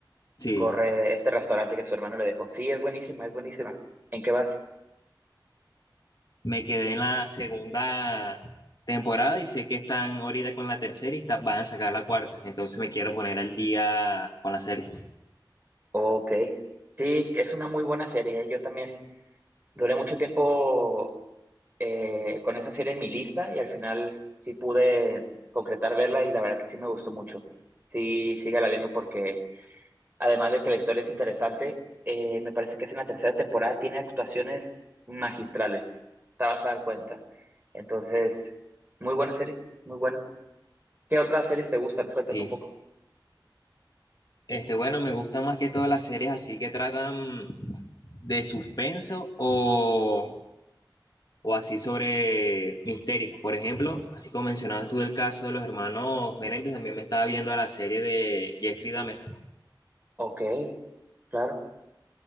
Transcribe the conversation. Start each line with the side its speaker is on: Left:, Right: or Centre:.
Left: Sí,
Right: corre este restaurante que su hermano le dejó. Sí, es buenísima, es buenísima. ¿En qué vas?
Left: Me quedé en la segunda temporada y sé que están ahorita con la tercera y ta- van a sacar la cuarta. Entonces me quiero poner al día con la serie.
Right: Ok. Sí, es una muy buena serie. Yo también duré mucho tiempo eh, con esa serie en mi lista y al final sí pude concretar verla y la verdad que sí me gustó mucho. Sí, sígala viendo porque además de que la historia es interesante, eh, me parece que es en la tercera temporada, tiene actuaciones magistrales, te vas a dar cuenta. Entonces, muy buena serie, muy buena. ¿Qué otras series te gustan? Cuéntame
Left: Sí.
Right: un poco.
Left: Este, bueno, me gustan más que todas las series así que tratan de suspenso o o así sobre misterios. Por ejemplo, así como mencionabas tú del caso de los hermanos Menéndez, también me estaba viendo a la serie de Jeffrey Dahmer
Right: Ok, claro.